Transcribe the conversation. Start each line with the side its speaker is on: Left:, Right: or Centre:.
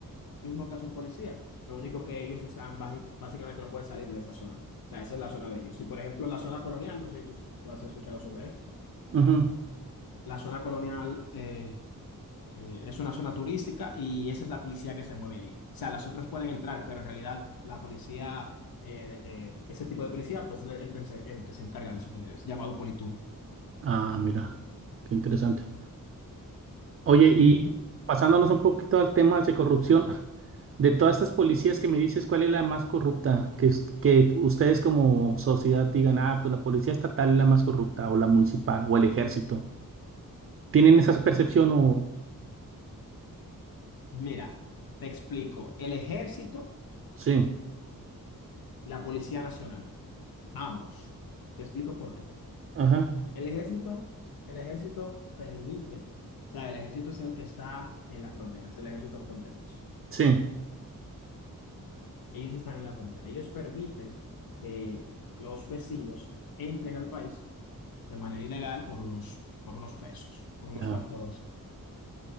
Left: mismo que hace un policía. Lo único que ellos están, basi- básicamente no pueden salir de esa zona. O sea, esa es la zona de ellos. Y, por ejemplo, la zona colonial, no sé si tú tú has escuchado sobre esto.
Right: ujú.
Left: La zona colonial eh, eh, es una zona turística y esa es la policía que se mueve ahí. O sea, las otras pueden entrar, pero en realidad la policía, eh, eh, ese tipo de policía, pues es el que se, el que se encarga de eso, que es llamado Politur.
Right: Ah, mira, qué interesante. Oye, y
Left: Ujú.
Right: pasándonos un poquito al tema de corrupción, <laughs> de todas estas policías que me dices, ¿cuál es la más corrupta? Que, es- que ustedes como sociedad digan, ah, pues la policía estatal es la más corrupta, o la municipal, o el ejército. ¿Tienen esa percepción o...?
Left: Mira, te explico. El ejército
Right: Sí,
Left: y la Policía Nacional, ambos. Te explico por qué.
Right: ajá,
Left: El ejército, el ejército permite, o sea, el ejército es el que está en la frontera, es el ejército fronterizo.
Right: sí,
Left: Ellos están en la frontera. Ellos permiten que los vecinos entren al país de manera ilegal por unos, por unos pesos, por unos
Right: ya,
Left: cuantos,